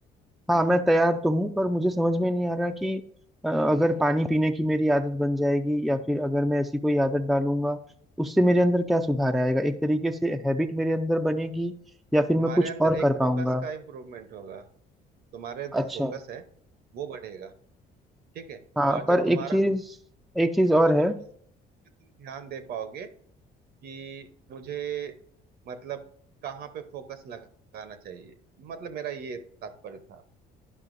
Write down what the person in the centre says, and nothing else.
हाँ मैं तैयार तो हूँ पर मुझे समझ में नहीं आ रहा कि अ, अगर पानी पीने की मेरी आदत बन जाएगी या फिर अगर मैं ऐसी कोई आदत डालूंगा उससे मेरे अंदर क्या सुधार आएगा एक तरीके से हैबिट मेरे अंदर बनेगी या फिर
मैं कुछ
और
कर पाऊंगा
अच्छा
हाँ
पर
एक चीज एक चीज और
है